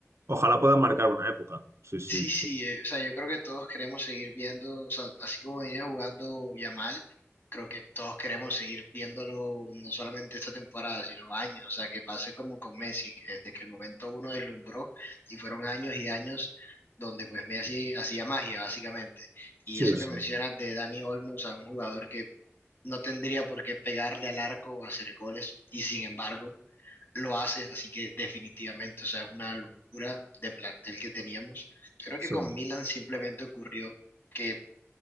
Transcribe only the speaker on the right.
ojalá puedan marcar una época. Sí, sí.
Sí,
sí,
sí.